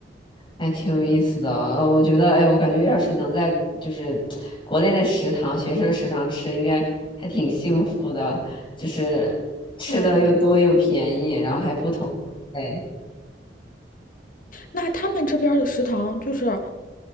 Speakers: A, on the left; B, on the left.
A: 还挺有意思的哦，我觉得，哎，我感觉要是能在就是国内的食堂、学生食堂吃，应该还挺幸福的，就是吃的又多又便宜，
B: 嗯，
A: 然后还不同口味。
B: 那他们这边的食堂就是